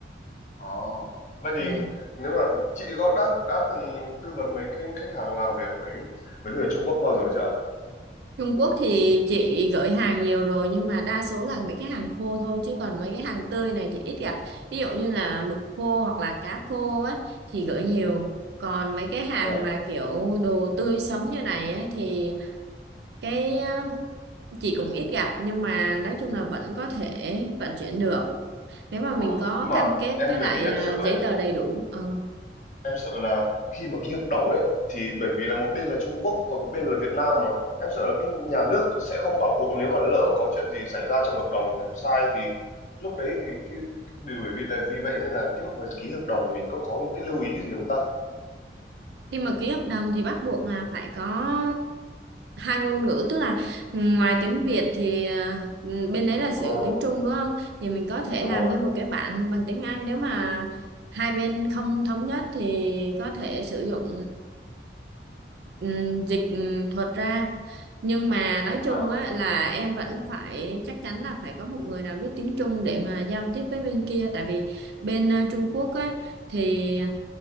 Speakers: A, on the left; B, on the right.
A: Ồ. Vậy thì
B: ừ.
A: nếu mà chị có đã đã từng tư vấn mấy cái khách hàng làm việc với với người Trung Quốc bao giờ chưa ạ?
B: Trung Quốc thì chị gửi hàng nhiều rồi nhưng mà đa số là mấy cái hàng khô thôi chứ còn mấy cái hàng tươi này thì ít gặp. Ví dụ như là mực khô hoặc là cá khô á thì gửi nhiều. Còn mấy cái hàng
A: Ờ.
B: mà kiểu đồ tươi sống như này á thì cái ờ, chị cũng ít gặp nhưng mà nói chung là vẫn có thể vận chuyển được. Nếu mà mình
A: À,
B: có
A: nhưng mà
B: cam kết
A: em
B: với
A: bởi
B: lại
A: vì em
B: ờ,
A: sợ ấy
B: giấy tờ đầy đủ. Ừ.
A: em sợ là khi mà ký hợp đồng ấy thì bởi vì là một bên là Trung Quốc còn một bên là Việt Nam mà em sợ là cái nhà nước sẽ không bảo hộ nếu mà lỡ mà có chuyện gì xảy ra trong hợp đồng kiểu sai thì lúc đấy thì cái điều bởi vì là vì vậy nên là cái lúc mà ký hợp đồng mình có có những cái lưu ý gì không ta?
B: Khi mà ký hợp đồng thì bắt buộc là phải có hai ngôn ngữ tức là ngoài tiếng Việt thì ờ, bên đấy là
A: Ồ,
B: sử dụng tiếng Trung đúng không thì mình có thể
A: đúng
B: làm
A: rồi.
B: thêm một cái bản bằng tiếng Anh nếu mà hai bên không thống nhất thì có thể sử dụng ừm, dịch ừm, thuật ra nhưng mà nói chung
A: À,
B: á là em vẫn phải chắc chắn là phải có một người nào biết tiếng Trung để mà giao tiếp với bên kia tại vì bên ờ, Trung Quốc á thì